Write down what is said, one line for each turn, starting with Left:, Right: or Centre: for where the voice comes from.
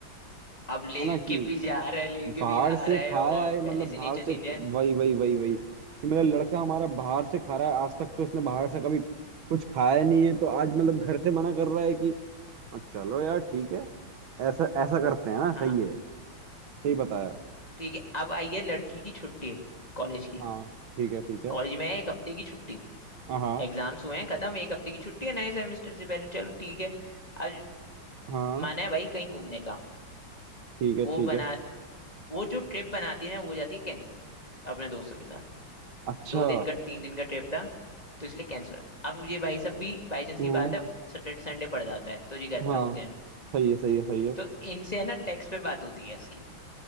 Left: अब लेके
Right: है ना कि
Left: भी जा रहा है लेके
Right: बाहर
Left: भी आ
Right: से
Left: रहा है
Right: खाया
Left: और
Right: है मतलब
Left: पहले से
Right: बाहर
Left: नेचर
Right: से
Left: चेंज है
Right: वही वही वही वही कि मेरा लड़का हमारा बाहर से खा रहा है आज तक तो इसने बाहर से कभी कुछ खाया नहीं है तो आज मतलब घर से मना कर रहा है कि "अ, चलो यार ठीक है ऐसा ऐसा करते हैं ना
Left: हाँ
Right: सही है सही बताया
Left: ठीक है अब आई है लड़की की छुट्टी कॉलेज की
Right: हाँ ठीक है ठीक है
Left: कॉलेज में है एक हफ्ते की छुट्टी
Right: हाँ हाँ
Left: एग्जाम्स हुए हैं खत्म एक हफ्ते की छुट्टी है नए सेमेस्टर से पहले चलो ठीक है अब
Right: हाँ,
Left: मन है भाई कहीं घूमने का
Right: ठीक है
Left: वो
Right: ठीक
Left: बना
Right: है
Left: वो जो ट्रिप बनाती है ना वो हो जाती है कैंसिल अपने दोस्तों के साथ
Right: अच्छा
Left: दो दिन का तीन दिन का ट्रिप था तो इसलिए कैंसिल अब ये भाई सब भी बाई चांस
Right: हम्म
Left: की बात है सैटरडे संडे पड़ जाता है तो ये घर
Right: हाँ
Left: पे होते हैं
Right: सही है सही है सही है
Left: तो इनसे है ना टेक्स्ट पे बात होती है इसकी